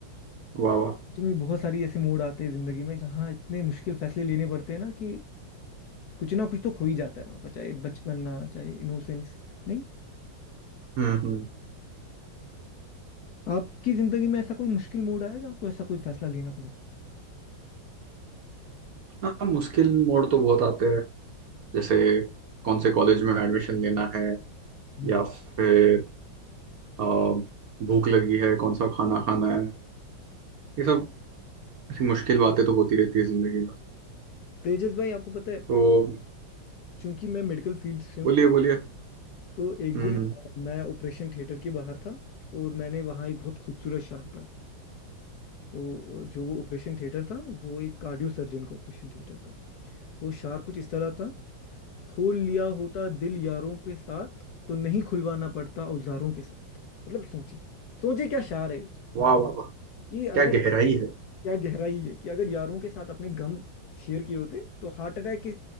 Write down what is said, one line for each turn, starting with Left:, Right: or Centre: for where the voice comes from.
Right: वाह वाह
Left: सच में बहुत सारी ऐसे मोड़ आते हैं जिंदगी में जहाँ इतने मुश्किल फैसले लेने पड़ते हैं ना कि कुछ ना कुछ तो खो ही जाता है वहां पर चाहे बचपना चाहे इनोसेंस नहीं
Right: हम्म हम्म
Left: आपकी जिंदगी में ऐसा कोई मुश्किल मोड़ आया जहाँ आपको ऐसा कोई फैसला लेना पड़े
Right: हाँ मुश्किल मोड़ तो बहुत आते हैं जैसे कौन से कॉलेज में एडमिशन लेना है
Left: हम्म।
Right: या फिर अ, भूख लगी है कौन सा खाना खाना है ये सब ऐसी मुश्किल बातें तो होती रहती है जिंदगी में
Left: तेजस भाई आपको पता है
Right: तो
Left: चूंकि मैं मेडिकल फील्ड से हूँ
Right: बोलिए बोलिए
Left: तो एक
Right: हम्म
Left: दिन
Right: हम्म
Left: मैं ऑपरेशन थिएटर के बाहर था और मैंने वहाँ एक बहुत खूबसूरत शार पढ़ा तो जो वो ऑपरेशन थिएटर था वो एक कार्डियो सर्जन का ऑपरेशन थिएटर था तो शार कुछ इस तरह था खोल लिया होता दिल यारों के साथ तो नहीं खुलवाना पड़ता औजारों के साथ मतलब सोचिए सोचिए क्या शार है
Right: वाह वाह वाह
Left: कि अगर
Right: क्या गहराई है
Left: क्या गहराई है कि अगर यारों के साथ अपने गम शेयर किए होते तो हार्ट अटैक के